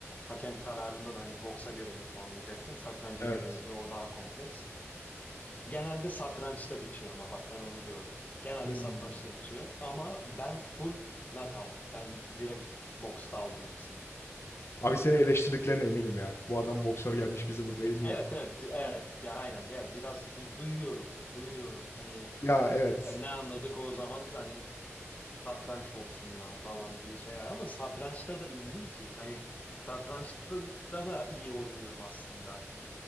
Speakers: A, on the left (about 30°); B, on the left (about 60°).
A: hakem kararında da hani boksa göre mi puanlayacaksın, satranca
B: Evet.
A: göre mi? Bir de o daha kompleks. Genelde satrançta bitiyor ama bak ben onu gördüm. Genelde
B: Hımm.
A: satrançta bitiyor ama ben full knockout. Ben direkt boksta aldım hepsini.
B: Abi seni eleştirdiklerine eminim ya. Bu adam boksör gelmiş bizi burada yeniyor.
A: Evet evet evet ya aynen evet, biraz bir duyuyorum duyuyorum hani
B: Ya, evet.
A: e, ne anladık o zaman hani satranç boksundan falan diye şeyler ama satrançta da iyiyim ki hani satrançta da iyi oynuyorum aslında.